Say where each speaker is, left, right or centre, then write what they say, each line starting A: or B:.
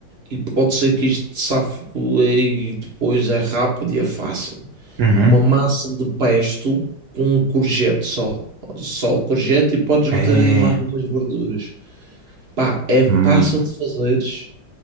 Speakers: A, on the right; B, on the right.
A: E pode ser que isto safe e depois é rápido e é fácil.
B: Uhum.
A: uma massa de pesto com um courgette só. Só o courgette e podes meter
B: É,
A: aí mais umas verduras. Pá, é fácil
B: hum,
A: de fazeres.